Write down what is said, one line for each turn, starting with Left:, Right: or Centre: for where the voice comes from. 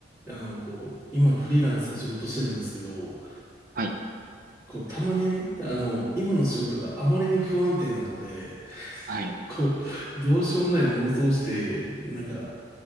Centre: あの、こう、今フリーランスで仕事してるんですけど、
Right: はい、
Centre: こう、たまにね、あの、今の仕事があまりに不安定なので、
Right: はい、
Centre: こう、どうしようもない妄想をして、なんか、